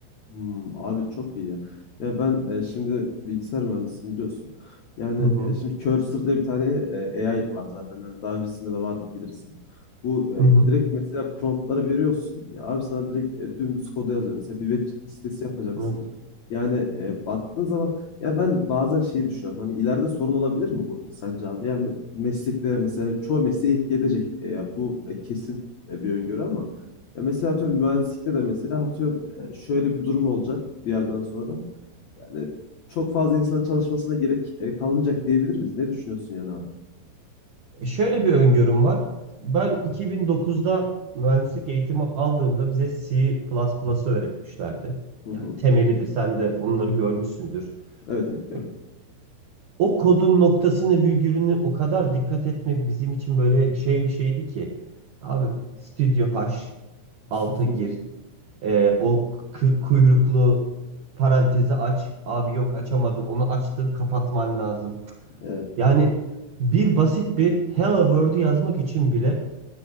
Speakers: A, on the left; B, on the right.
A: Hmm, abi çok iyi ya. Ya ben e, şimdi bilgisayar mühendisiyim biliyorsun. Yani
B: Hı hı.
A: e, şimdi Cursor diye bir tane e, AI var zaten. Yani daha öncesinde de vardı bilirsin. Bu e,
B: Hı hı.
A: direkt mesela promptları veriyorsun. Ya abi sana direkt e, dümdüz kodu yazıyor. Mesela bir web sitesi yapacaksın.
B: Evet.
A: Yani e, baktığın zaman ya ben bazen şeyi düşünüyorum. Hani ileride sorun olabilir mi bu sence abi? Yani me- mesleklere mesela çoğu mesleği etki edecek. E, ya bu e, kesin e, bir öngörü ama ya mesela atıyorum mühendislikte de mesela atıyorum şöyle bir durum olacak bir yerden sonra. Yani çok fazla insan çalışmasına gerek e, kalmayacak diyebilir miyiz? Ne düşünüyorsun yani abi?
B: E şöyle bir öngörüm var. Ben 2009'da mühendislik eğitimi aldığımda bize C++'ı öğretmişlerdi.
A: Hı hı.
B: Yani temelidir. Sen de onları görmüşsündür.
A: Evet evet gördüm.
B: E, O kodun noktasını, virgülünü o kadar dikkat etmek bizim için böyle şey bir şeydi ki. Abi Studio H
A: <laughs>
B: alta gir. Ee, o kı- kuyruklu parantezi aç. Abi yok açamadın. Onu açtın, kapatman lazım.
A: Evet
B: Yani bir basit bir Hello World'u yazmak için bile